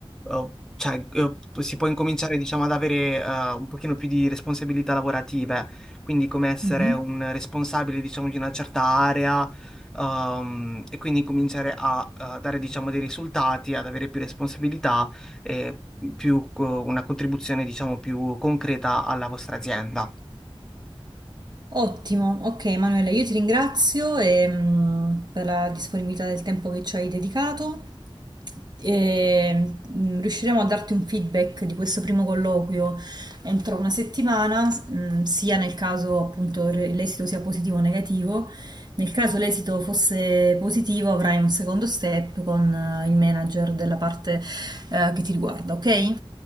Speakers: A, in the centre; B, on the right.
A: eh, cioè, eh, si può incominciare, diciamo, ad avere eh, un pochino più di responsabilità lavorative, quindi come essere
B: Mhm.
A: un responsabile, diciamo, di una certa area. ehm, e quindi cominciare a, eh, dare, diciamo, dei risultati, ad avere più responsabilità eh, più, co- una contribuzione, diciamo, più concreta alla vostra azienda.
B: Ottimo, ok Manuela, io ti ringrazio ehm, per la disponibilità del tempo che ci hai dedicato e mm, riusciremo a darti un feedback di questo primo colloquio entro una settimana, s- mm, sia nel caso appunto re- l'esito sia positivo o negativo. Nel caso l'esito fosse positivo avrai un secondo step con eh, il manager della parte eh, che ti riguarda, ok?